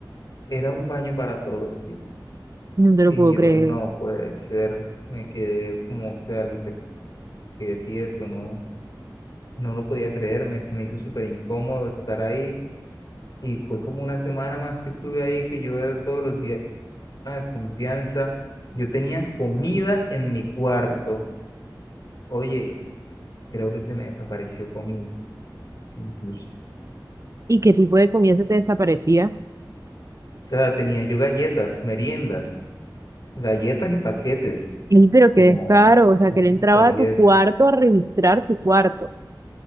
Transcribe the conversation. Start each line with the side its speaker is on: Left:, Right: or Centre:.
Left: Era un baño para todos, sí.
Right: No te lo
Left: Y
Right: puedo
Left: yo,
Right: creer.
Left: no puede ser, me quedé como, o sea, literal, quedé tieso, no, no lo podía creer, me, se me hizo súper incómodo estar ahí. Y fue como una semana más que estuve ahí, que yo todos los días desconfianza. Yo tenía comida en mi cuarto. Oye, creo que se me desapareció comida, incluso.
Right: ¿Y qué tipo de comida se te desaparecía?
Left: O sea, tenía yo galletas, meriendas, galletas y paquetes,
Right: Sí, pero
Left: como
Right: qué descaro. O sea,
Left: papitas
Right: que él entraba
Left: y
Right: a tu
Left: eso.
Right: cuarto a registrar tu cuerpo,